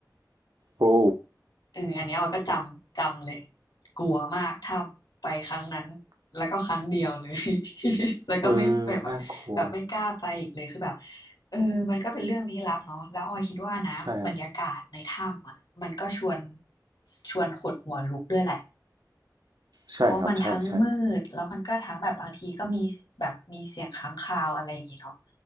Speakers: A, on the right; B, on the left.
A: โอ้
B: เอออันเนี้ยออยก็จำจำเลยกลัวมากถ้ำไปครั้งนั้นแล้วก็ครั้งเดียวเลย <laughs> แล้วก็ไม่แบบแบบแบบไม่กล้าไปอีกเลยคือแบบ
A: เออน่ากลัว
B: เออมันก็เป็นเรื่องลี้ลับเนาะแล้วออยคิดว่านะบรรยากาศในถ้ำอ่ะมันก็ชวน
A: ใช่ครับ
B: ชวนขนหัวลุกด้วยแหละ
A: ใช่ครับ
B: เพราะมันทั้งมืดแล้วมันก็ทั้งแบบบางทีก็มีแบบมีเสียงค้างคาวอะไรอย่างงี้เนาะ
A: ใช่ใช่